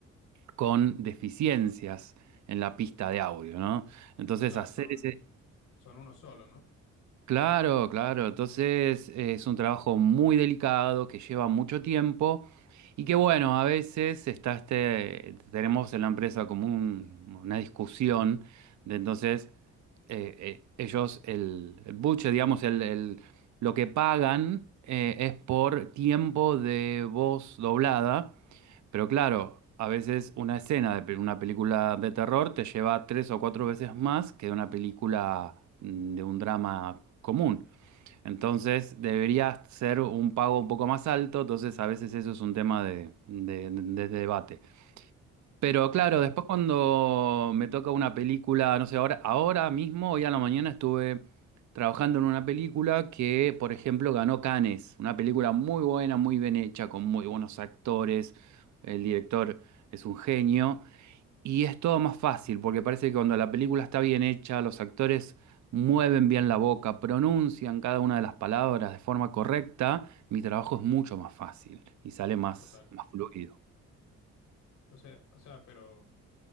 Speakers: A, on the right (about 70°); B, on the left (about 85°).
A: con deficiencias en la pista de audio, ¿no? Entonces
B: claro,
A: hacer
B: son,
A: ese,
B: son uno solo, ¿no?
A: Claro, claro. Entonces es un trabajo muy delicado que lleva mucho tiempo y que bueno, a veces está este, tenemos en la empresa como un- una discusión de entonces eh, eh, ellos, el, el buche, digamos, el, el- lo que pagan eh, es por tiempo de voz doblada pero claro, a veces una escena de pe- una película de terror te lleva tres o cuatro veces más que de una película mm, de un drama común. Entonces debería ser un pago un poco más alto, entonces a veces eso es un tema de, de- de- de debate. Pero claro,
B: Sí,
A: después cuando me toca una película, no sé, ahora, ahora mismo, hoy a la mañana estuve trabajando en una película que, por ejemplo, ganó Cannes, una película muy buena, muy bien hecha, con muy buenos actores, el director es un genio, y es todo más fácil, porque parece que cuando la película está bien hecha, los actores mueven bien la boca, pronuncian cada una de las palabras de forma correcta, mi trabajo es mucho más fácil y sale más,
B: total.
A: más fluido.
B: O sea, o sea, pero